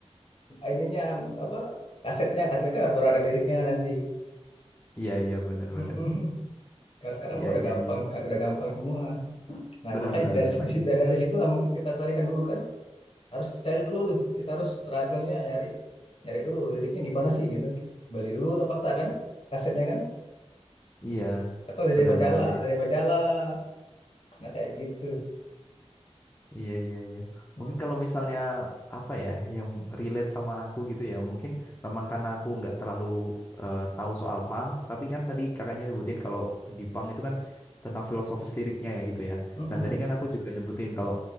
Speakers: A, on the left (about 60°); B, on the left (about 25°).
A: ininya apa kasetnya kasetnya kan baru ada liriknya nanti
B: Iya, iya, bener,
A: Mm-mm.
B: bener.
A: Kalau sekarang
B: Iya,
A: mah udah
B: iya,
A: gampang
B: iya.
A: udah gampang semua nah
B: Bener,
A: makanya
B: bener,
A: dari
B: karena
A: situ
B: ini.
A: dari situ lah mungkin kita tarikan dulu kan harus cari dulu tuh. Kita harus struggle-nya nyari nyari dulu liriknya gimana sih gitu. Beli dulu terpaksa kan kasetnya kan
B: Iya,
A: atau dari
B: bener,
A: majalah,
B: bener. Jadi,
A: dari majalah. Nah kayak gitu.
B: Iya, iya, iya.
A: Mm-mm.
B: Mungkin kalau misalnya apa ya yang relate sama aku gitu ya, mungkin memang karena aku nggak terlalu eh, tahu soal punk, tapi kan tadi kakaknya nyebutin kalau di punk itu kan tentang filosofis liriknya ya gitu ya.
A: Mm-mm.
B: Nah, tadi kan aku juga nyebutin kalau